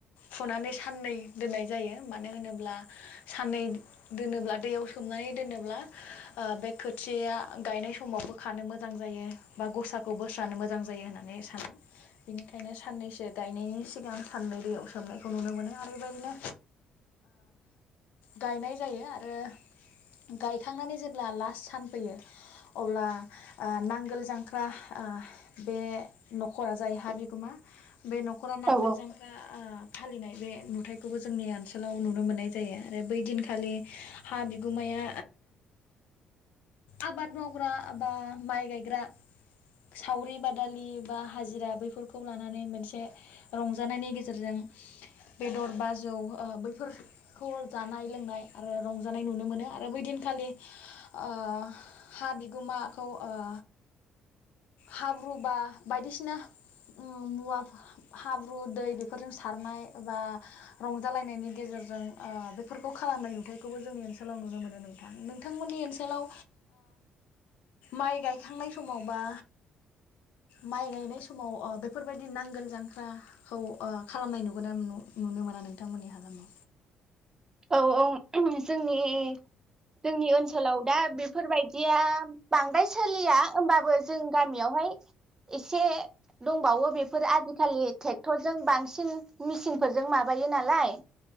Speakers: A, on the left (about 75°); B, on the right (about 25°).
A: फुनानै साननै दोननाय जायो मानो होनोब्ला साननै दोनोब्ला दैयाव सोमनानै दोनोब्ला बे खोथियाया गायनाय समाव बोखानो मोजां जायो बा गसाखौ बोस्रानो मोजां जायो होननानै सानो बेनिखायनो साननैसो गायनायनि सिगां साननै दैयाव सोमनायखौ नुनो मोनो आरो बेबायदिनो गायनाय जायो आरो गायखांनानै जेब्ला लास्ट सान फैयो अब्ला नांगोल जां ख्रा बे न'खरा जाय हा बिगोमा बे न'खरा नांगोल
B: औ
A: जांख्रा फालिनाय बे नुथायाइखौबो जोंनि ओनसोलाव नुनो मोननाय जायो आरो बै दिनखालि हा बिगुमाया आबाद मावग्रा बा माइ गायग्रा सावरि बादालि बा हाजिरा बैफोरखौ लानानै मोनसे रंजानायनि गेजेरजों बेदर बाजौ बैफोरखौ जानाय लोंनाय आरो रंजानाय नुनो मोनो आरो बै दिनखालि ओ हा बिगोमाखौ ओ हाब्रु बा बायदिसिना मुवा हाब्रु दै बेफोरजों सारनाय बा रंजालायनायनि गेजेरजों ओ बेफोरखौ खालामनाय नुथायखौबो जोंनि ओनसोलाव नुनो मोनो नोंथां। नोंथांमोननि ओनसोलाव माइ गायखांनाय समाव बा माइ गायनाय समाव बेफोरबायदि नांगोल जांख्राखौ खालामनाय नुगोना नुनो मोना नोंथांमोननि हालामाव।
B: औ औ जोंनि जोंनि ओनसोलाव दा बेफोरबायदिया बांद्राय सोलिया होमबाबो जों गामियावहाय एसे दंबावो बेफोर आजिखालि ट्रेक्टरजों बांसिन मेचिनफोरजों माबायो नालाय